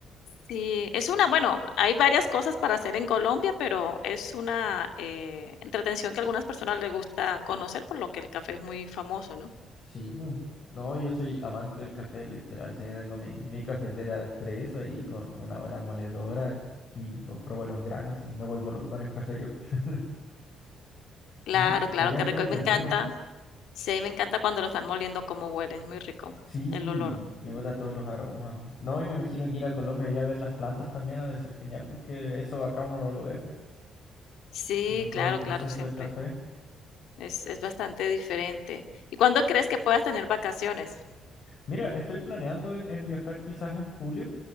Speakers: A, on the left; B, on the left.
A: Sí, es una, bueno, hay varias cosas para hacer en Colombia, pero es una eh, entretención que a algunas personas les gusta conocer, por lo que el café es muy famoso, ¿no?
B: Sí, pues. No, yo soy amante del café, literal. Sí, tengo mi, mi cafetera de espresso ahí con una buena moledora y compro buenos granos y me vuelvo loco con el café yo. <laughs>
A: Claro,
B: Y se- sería
A: claro, que
B: entretenido.
A: rico. Y me encanta, sí, y me encanta cuando lo están moliendo, cómo huele, es muy rico
B: Sí,
A: el olor.
B: y bota todos los aromas. No, y me imagino que ir a Colombia y a ver las plantas también ha de ser genial, porque eso acá uno no lo ve, pues,
A: Sí,
B: como todo
A: claro,
B: el proceso
A: claro, siempre.
B: de café.
A: Es es bastante diferente. ¿Y cuándo crees que puedas tener vacaciones?
B: Mira, estoy planeando en, en viajar quizás en julio